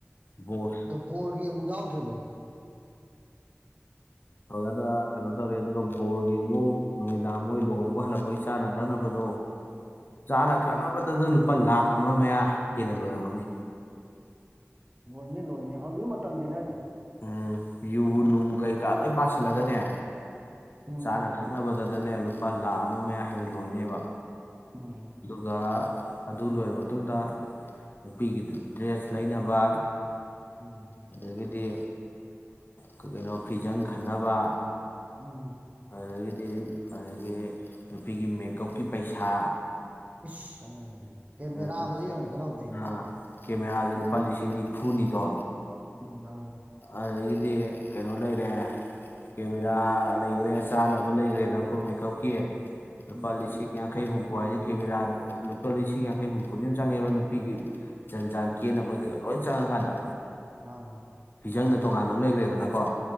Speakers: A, on the left (about 45°); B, on the right (about 30°).
A: ꯕꫭꯏ
B: ꯍꯣꯔꯒꯤ ꯑꯃꯨꯛ ꯌꯥꯎꯗ꯭ꯔꯤꯕꯅꯦ
A: ꯇꯧꯔꯒꯗ ꯀꯩꯅꯣ ꯇꯧꯔꯦ ꯑꯗꯨꯒ ꯕꯣꯔꯒꯤ ꯑꯃꯨꯛ ꯅꯨꯃꯤꯗꯡ ꯃꫭꯏ
B: ꯎꯝ
A: ꯂꯨꯍꫭꯡꯕ ꯍꯜꯂꯛꯄꯒꯤ ꯆꯥꯅ ꯊꯛꯅꯕꯗꯣ ꯆꯥꯅ ꯊꯥꯡꯅꯥ
B: ꯎꯝ
A: ꯅꯥꯕꯗꯂꯨ ꯂꯨꯄꯥ ꯂꯥꯥꯛ ꯑꯃ ꯃꯌꯥ ꯍꯦꯟꯅ ꯂꯣꯏꯔꯝꯒꯅꯤ
B: ꯂꯣꯏꯅꯤ ꯂꯣꯏꯅꯤ ꯍꯧꯖꯤꯛ ꯃꯇꯝꯁꯤꯅꯅꯦ
A: ꯎꯝ ꯌꯨ ꯅꯨꯡ ꯀꯩꯀꯥ ꯂꯣꯏ ꯄꯥꯁꯤꯜꯂꯒꯅꯦ
B: ꯎꯝ
A: ꯆꯥꯅ ꯊꯃꯦꯕꯥ ꯗꯅꯦ ꯂꯨꯄꯥ ꯂꯥꯈ ꯑꯃ ꯃꯌꯥ ꯍꯦꯟꯅ ꯂꯣꯏꯅꯦꯕ
B: ꯎꯝ
A: ꯑꯗꯨꯒ ꯑꯗꯨ ꯂꯣꯏꯔꯕ ꯃꯇꯨꯡꯗ ꯅꯨꯄꯤꯒꯤ ꯗ꯭ꯔꯦꯁ ꯂꯩꯅꯕ
B: ꯎꯝ
A: ꯑꯗꯗꯒꯤꯗꯤ ꯀꯩꯅꯣ ꯐꯤꯖꯪ ꯈꯟꯅꯕ
B: ꯎꯝ
A: ꯑꯗꯨꯗꯒꯤꯗꯤ ꯑꯗꯨꯗꯒꯤ ꯅꯨꯄꯤꯒꯤ ꯃꯦꯀꯞꯀꯤ ꯄꯩꯁꯥ
B: ꯏꯁ ꯀꯦꯃꯦꯔꯥꯒꯁꯦ
A: <unintelligible>
B: ꯌꯦꯡꯉꯨꯗꯅ ꯍꯧꯖꯤꯛ
A: ꯑꯥ ꯀꯦꯃꯦꯔꯥꯥꯁꯦ ꯂꯨꯄꯥ ꯂꯤꯁꯤꯡ ꯅꯤꯐꯨꯅꯤꯗꯣ
B: ꯎꯝ ꯎꯝ
A: ꯑꯗꯥꯒꯤ ꯗꯤ ꯀꯩꯅꯣ ꯂꯩꯔꯦ ꯀꯦꯃꯦꯔꯥ ꯂꯩꯈ꯭ꯔꯦ ꯆꯥꯅꯕ ꯂꯩꯈ꯭ꯔꯦꯗ ꯑꯩꯈꯣꯏ ꯃꯦ ꯀꯞꯀꯤꯌꯦ ꯔꯨꯄꯥ
B: ꯎꯝ
A: ꯂꯤꯁꯤ ꯀꯌꯥ ꯀꯩ ꯍꯨꯝ ꯐꯕꯥꯏꯁꯦ ꯀꯦꯃꯦꯔꯥꯗ ꯂꯨꯄꯥ ꯂꯤꯁꯤꯡ ꯌꯥꯡꯈꯩ ꯍꯨꯝꯐꯨꯗꯤꯝ ꯆꯪꯉꯦꯕ ꯅꯨꯄꯤꯒꯤ ꯆꯟꯖꯥꯟ ꯀꯦꯟꯅꯕ ꯂꯣꯏ ꯆꯪꯉꯀꯥꯟꯗ
B: <unintelligible>
A: ꯐꯖꯪꯅ ꯇꯣꯉꯥꯟꯅ ꯑꯃ ꯂꯩꯈ꯭ꯔꯦꯗꯅꯀꯣ